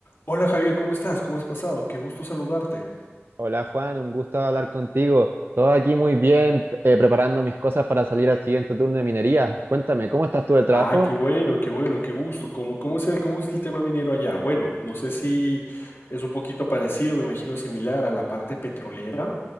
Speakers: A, on the left; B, on the right.
A: Hola Javier, ¿cómo estás? ¿Cómo has pasado? Qué gusto saludarte.
B: Hola Juan, un gusto hablar contigo. Todo aquí muy bien, eh, preparando mis cosas para salir al siguiente turno de minería. Cuéntame, ¿cómo estás tú del trabajo?
A: Ah, qué bueno, qué bueno, qué gusto. ¿Cómo, cómo es el, cómo es el tema minero allá? Bueno, no sé si es un poquito parecido, me imagino similar a la parte petrolera,